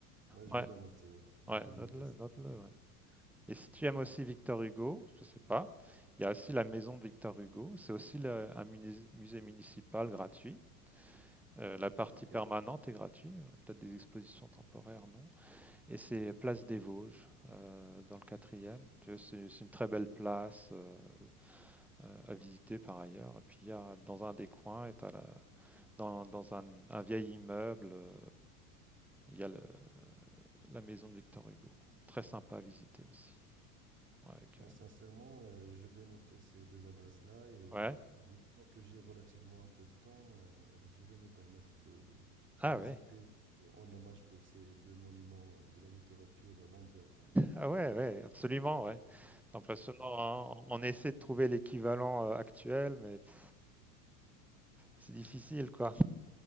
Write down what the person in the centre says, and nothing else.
Ouais,
ouais,
note-le,
note-le,
ouais. Et si tu aimes aussi Victor Hugo, je sais pas, il y a aussi la maison de Victor Hugo, c'est aussi le- un musée musée municipal gratuit. Euh, la partie
permanente est gratuite, euh, peut-être des expositions temporaires, non. Et c'est Place des Vosges, euh, dans le quatrième. Tu vois, C'est c'est une très belle place euh, euh, à visiter par ailleurs. Et puis, il y a, dans un des coins, et t'as la, dans, dans un, un vieil immeuble, euh, il y a le- la maison de Victor Hugo. Très sympa à visiter aussi. Avec,
euh,
Ouais.
Ah
ouais,
ah ouais, ouais, absolument, ouais. C'est impressionnant, hein. On on essaie de trouver l'équivalent euh, actuel, mais pff, c'est difficile, quoi.